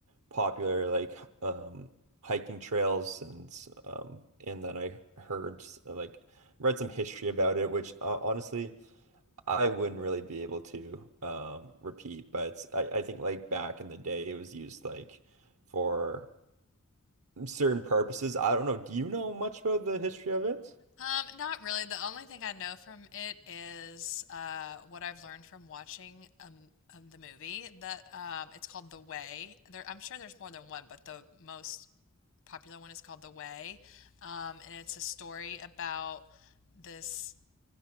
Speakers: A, on the right; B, on the left.
A: popular like um hiking trails." And um and then I heard s- like read some history about it, which uh, honestly. I wouldn't really be able to um, repeat, but I, I think like back in the day, it was used like for certain purposes. I don't know. Do you know much about the history of it?
B: Um, not really. The only thing I know from it is uh, what I've learned from watching um, um, the movie that um, it's called The Way. There, I'm sure there's more than one, but the most popular one is called The Way, um, and it's a story about this